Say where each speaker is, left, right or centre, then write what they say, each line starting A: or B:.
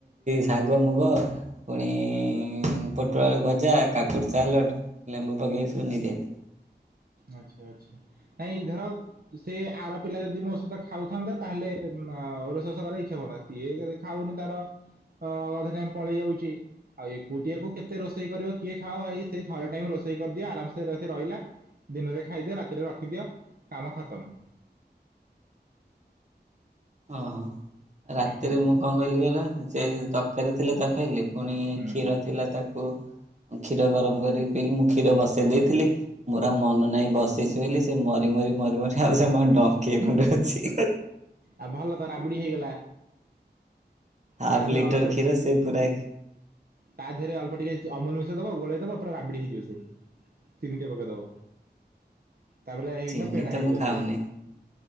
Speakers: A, on the right; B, on the right.
A: ଶାଗ ମୁଗ ପୁଣି ପୋଟଳ ଆଳୁ ଭଜା କାକୁଡ଼ି ସାଲଟ ଲେମ୍ବୁ ପକେଇ ସବୁ ନେଇଯାତୁ
B: ଆଚ୍ଛା ଆଚ୍ଛା ନାଇଁ ଧର ସେ ଆର ପିଲା ଯଦି ମୋ ସହିତ ଖାଉଥାନ୍ତା ତାହେଲେ ଔଶସ କର ଇଚ୍ଛା ହଉନ୍ତା ସିଏ କେ ଖାଉନି ତାର ଅ ଅଧେ ଟାଇମ ପଳେଇ ଯାଉଛି। ଆଉ ଏକୁଟିଆକୁ କେତେ ରୋଷେଇ କରିବ କିଏ ଖାଅ ଭାଇ ସେଇ ଥରେ ଟାଇ ରୋଷେଇ କରିଦିଅ ଆରାମ ସେ ରହିଲା। ଦିନରେ ଖାଇଦିଅ ରାତିରେ ରଖିଦିଅ କାମ ଖତମ।
A: ଓହୋ ରାତିରେ
B: ଏମିତି
A: ମୁଁ
B: ହେଲା
A: କଣ କହିଲି କହିଲ ସେ ତରକାରୀ ଥିଲା ତ ଖାଇଲିି। ପୁଣି
B: ହୁଁ
A: କ୍ଷୀର ଥିଲା ତାକୁ କ୍ଷୀର ଗରମ କରିକି ପିଇଲି ମୁଁ କ୍ଷୀର ବସେଇ ଦେଇଥିଲି। ମୋର ଆଉ ମନ ନାହିଁ ବସଛି ବୋଲି ସେ ମରି ମରି ମରି ମରି ଆଉ ସେର ଡଙ୍କୀଏ ଖଣ୍ଡେ ଅଛି।
B: ଆଉ ଭଲ ତ ରାବିଡି ହେଇଗଲା।
A: ହାଫ
B: ତା ଦେହରେ
A: ଲିଟର
B: ଅଳ୍ପ ଟି-
A: କ୍ଷୀର ସେ ପୁରା
B: ତା ଧେଅରେ ଅଳ୍ପ ଟିକେ ଚ ଅମୁଲ ମିଶେଇ ଦବ ଗୋଳେଇ ଦବ ପୁରା ରାବିଡି ହେଇଯିବ ସେ। ଚିନି ଟିକେ ପକେଇଦବ। ତାପରେ ହେଇକିନା
A: ଚିନି
B: ପେଡା
A: ତ
B: ହେଇଯିବ
A: ମୁଁ ଖାଉନି
B: ସେ